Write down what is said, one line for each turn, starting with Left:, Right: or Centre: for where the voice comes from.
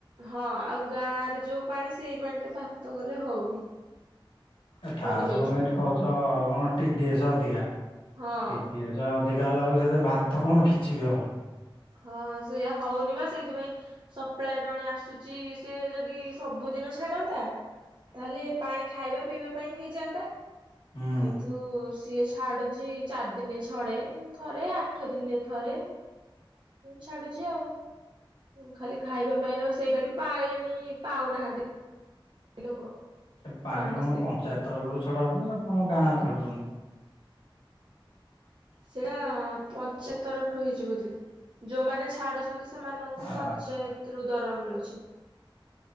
Right: ହଁ ଆଉ ଗାଁ ରେ ଯୋଉ ପାଣି ସେଇ ପାଣିରେ ଭାତ କଲେ ହଉନି।
Left: ଏ ତାର
Right: ମରିଯାଉଛି
Left: ତମେ ଏଇଠି
Right: ଭାତ
Left: କହୁଛ କଣ ଟିଡିଏସ୍ ଅଧିକା
Right: ହଁ।
Left: ଟିଡିଏସ୍ ଯେ ଅଧିକା ହେଲା ବେଳୁ ସେଥିରେ ଭାତ କଣ କିଛି ବି ହବନି।
Right: ହଁ ସେଇଆ ହଉନି ବା ସେଇଥିପାଇଁ। ସପ୍ଲାଏ ପାଣି ଆସୁଛି ସେ ଯଦି ସବୁଦିନ ଛାଡ଼ନ୍ତା ତାହେଲେ ପାଣି ଖାଇବା ପିଇବା ପାଇଁ ହେଇଯାଆନ୍ତା
Left: ହୁଁ।
Right: କି ତୁ ସିଏ ଛାଡୁଚି ଚାରି ଦିନେ ଛଡେ ଥରେ ଆଠ ଦିନେ ଥରେ। ଛାଡୁଛି ଆଉ, ଖାଲି ଖାଇବା ପାଇଁ ରୋଷେଇ ଟା ବି ପା ଏଣି ପାଉନାହାନ୍ତି ଲୋକ
Left: ଏ ପାଣି
Right: ସମସ୍ତେ
Left: କଣ ପଞ୍ଚାୟତ ତରଫରୁ ଛଡା ହଉଛି ନା ତମ ଗାଁ ଛାଡୁଛନ୍ତି?
Right: ସେଇଟା ପଞ୍ଚାୟତ ତରଫରୁ ହେଇଛି ବୋଧେ, ଯୋଉମାନେ ଛାଡୁଛନ୍ତି ସେମାନଙ୍କୁ
Left: ଆ
Right: ପଞ୍ଚାୟତରୁ ଦରମା ମିଳୁଛି।